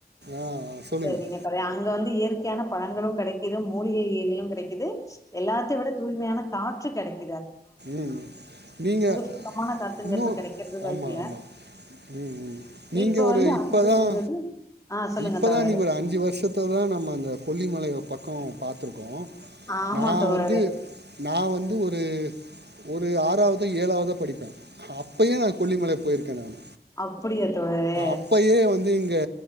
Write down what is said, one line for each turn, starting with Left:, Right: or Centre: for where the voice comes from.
Right: ஆ சொல்லுங்கள்
Left: சேரிங்க தோழி அங்க வந்து இயற்கை இயற்கையான பழங்களும் கெடைக் எதுவும் மூலிகைகிலும் கிடைக்கிது எல்லாத்தையும் விட தூய்மையான காற்று கெடைக்கும்
Right: உம் நீங்க
Left: சுத்தமான காத்துங்கிறது
Right: இன்னும்
Left: கெடைக்கிறது வாய்ப்பில்ல
Right: ஆமா ஆமா உம் உம் நீங்க
Left: இப்ப
Right: ஒரு
Left: வந்து
Right: இப்பதான்
Left: அங்க போயிட்டு வந்தது ஆ சொல்லுங்க
Right: இப்பதான்
Left: தோழரே
Right: நீங்க ஒரு அஞ்சு வருஷத்த தான் நம்ம அந்த கொல்லிமலைய பக்கம் பாத்துருக்கோம்
Left: ஆமா
Right: நான்
Left: தோழரே
Right: வந்து நான் வந்து ஒரு ஒரு ஆறாவது ஏழாவதா படிப்பேன் அப்பயன் நான் கொல்லிமலை போயிருக்கேன் நான்
Left: அப்புடியா தோழறே
Right: அப்பயே வந்து இங்கே